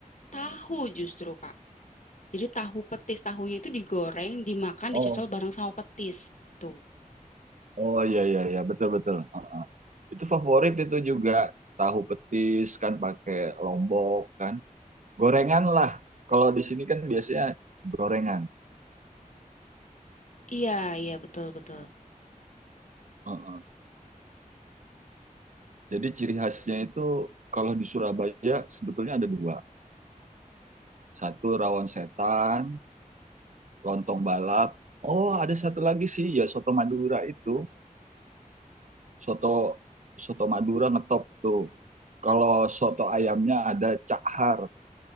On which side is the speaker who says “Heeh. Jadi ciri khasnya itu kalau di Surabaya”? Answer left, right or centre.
Right